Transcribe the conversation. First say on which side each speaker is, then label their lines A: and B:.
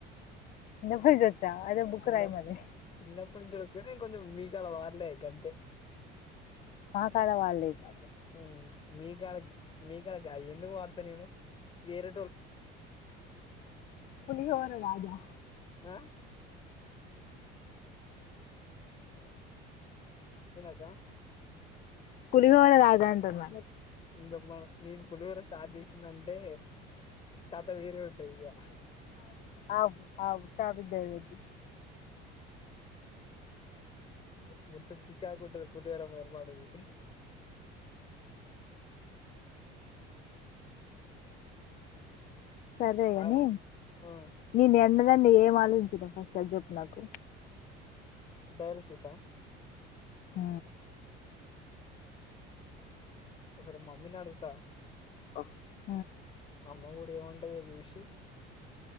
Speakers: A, on the left; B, on the left.
A: వినపడి చచ్చా అయితే బుక్
B: చిన్న
A: రాయి మరి
B: చిన్నప్పటి నుంచి వచ్చు కాని కొంచెం మీకు అలా వడలే ఇక అంతే
A: కడవాలేదు
B: మ్మ్ మీకాడ మీకాడ కాదు ఎందుకు వాడతా నేను మీరు
A: పులిహోర రాజా
B: ఆ ఎందాక్క
A: పులిహోర రాజా అంటున్న
B: ఇంక మన నేను పులిహోర స్టార్ట్ చేసినంటే కథ వేరే ఉంటది ఇగ
A: ఆవు ఆవు ట్టాపిక్ డైవర్ట్ చెయ్
B: మొత్తం చికాకుంటదు పులీవోర మరి మనది
A: సరే గనీ
B: ఆ ఆ
A: నీ ద్యాన్డ్ అదండి ఏం ఆలోచించినవ్ ఫస్ట్ అది చెప్పు నాకు
B: డయాలసిస్ ఆ
A: ఆ
B: ఒకసారి మమ్మీని అడుగుతా
A: అ
B: అమ్మ ఊ ఇప్పుడు ఏమంటందో చూసి